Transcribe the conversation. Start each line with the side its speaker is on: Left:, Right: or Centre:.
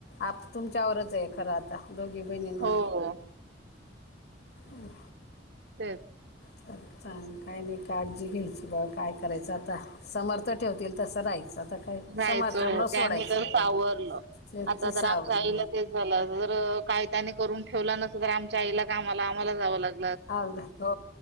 Left: आप तुमच्यावरच आहे खरं आता दोघी बहिणींवर
Right: हो हो
Left: ह
Right: ते
Left: च चांग काय नाही काळजी घ्यायची बा काय करायचं आता समर्थ ठेवतील तसं नाहीच आता काय
Right: जायचं
Left: समर्थांना
Right: हो त्यांनी
Left: सोडायचं
Right: तर
Left: हो
Right: सावरलं
Left: ते-
Right: आता
Left: ते सावरलं
Right: तर आमच्या आईला ते झा जर काय त्यानी करून ठेवला नसल तर आमच्या आईला कामाला आम्हाला जावं लागत
Left: आ हो